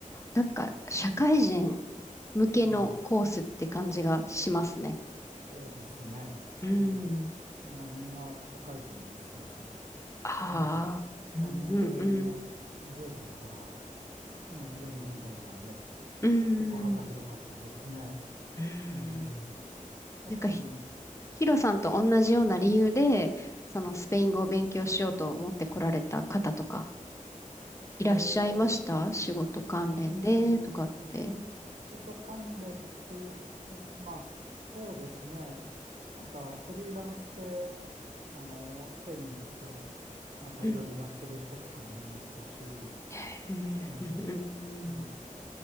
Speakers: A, on the left; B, on the right.
A: なんか、社会人向けのコースって感じがしますね。
B: うんそうですね。あの、
A: うん。
B: まあ、みんな社会人でしたし、え
A: ああ。
B: え、まあ、
A: うんうんうん。
B: 年齢も20代から、うん、40代まで
A: うん。
B: 結構幅広かったですね。
A: うん
B: うん、やっうん、
A: なんかひ、ヒロさんと同じような理由で、そのスペイン語を勉強しようと思って来られた方とか、いらっしゃいました仕事関連でとかって。
B: もう、うん、仕事関連っていうほ、まあ、そうですね。なんかフリーランスで、あの、スペインに行って、なんかいろいろやってる人とかもいましたし、
A: うん。へえ。
B: ええ、
A: うんうんうん。
B: うん。